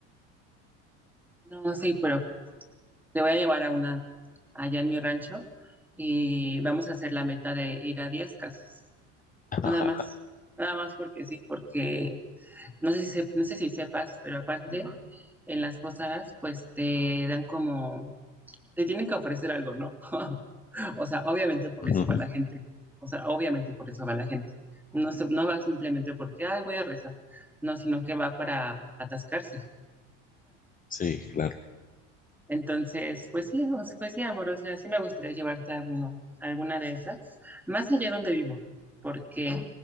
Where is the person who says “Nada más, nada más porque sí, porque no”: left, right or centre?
Centre